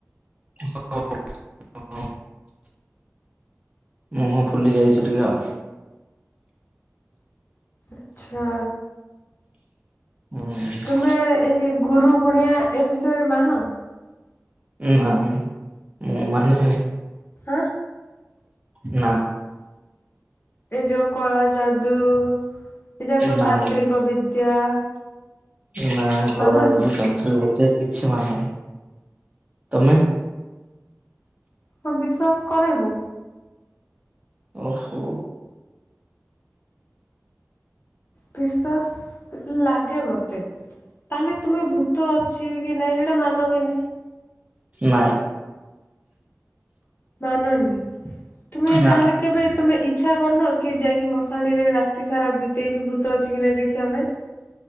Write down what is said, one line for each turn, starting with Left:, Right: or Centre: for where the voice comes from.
Right: <unintelligible> ହଁ। ମୁହଁ ଫୁଲି ଯାଇଛି ଟିକେ ଆଉ।
Left: ଆଚ୍ଛା!
Right: ହୁଁ
Left: ତୁମେ ଏଇ ଗୁରୁ ଗୁଣିଆ ଏ ବିଷୟରେ ମାନ?
Right: ନାଇଁ ମୁଁ ମାନେ
Left: ଆଁ।
Right: ନା।
Left: ଏ ଯୋଉ କଳା ଯାଦୁ ଏ ଯାକ
Right: ନା
Left: ତାନ୍ତ୍ରିକ ବିଦ୍ୟା।
Right: ନାଇ କଳା
Left: ମାନନି
Right: ଯାଦୁ ତାନ୍ତ୍ରିକ ବିଦ୍ୟା କିଛି ମାନୁନି ତମେ?
Left: ହଁ ବିଶ୍ୱାସ କରେ ମୁଁ।
Right: ଓହୋ!
Left: ବିଶ୍ୱାସ ଲାଗେ ମତେ। ତାହେଲେ ତୁମେ ଭୂତ ଅଛି କି ନାଇଁ ସେଇଟା ମାନ କି ନାହିଁ?
Right: ନାଇଁ।
Left: ମାନନି ତୁମେ
Right: ନା
Left: ତାହେଲେ କେବେ ତମେ ଇଛା କରିନ? କି ଯାଇକି ମଶାଣିରେ ରାତି ସାରା ବିତେଇ ବି ଭୂତ ଅଛି କି ନାଇଁ ଦେଖିବା ପାଇଁ?